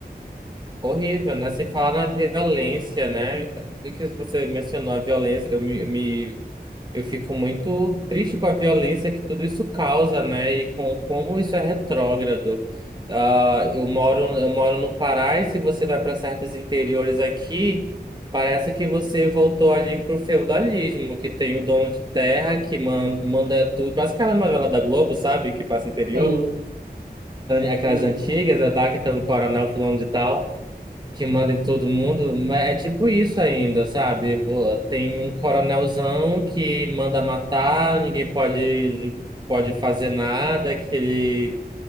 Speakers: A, on the right; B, on the right.
A: Horrível, né? Sem falar na violência, né? O que você mencionou, a violência, eu me, eu me Eu fico muito triste com a violência que tudo isso causa, né? E com como isso é retrógrado. Ah, eu moro, eu moro no Pará e se você vai para certos interiores aqui, parece que você voltou ali pro feudalismo, que tem o dono de terra que man- manda tudo. Parece aquela novela da Globo, sabe? Que passa no interior,
B: Sim,
A: aquelas
B: sim, sim.
A: antigas, né, tá? Que tem o coronel fulano de tal que manda em todo mundo, mas é tipo isso ainda, sabe? Pô, Tem um coronelzão que manda matar, ninguém pode, pode fazer nada, que ele,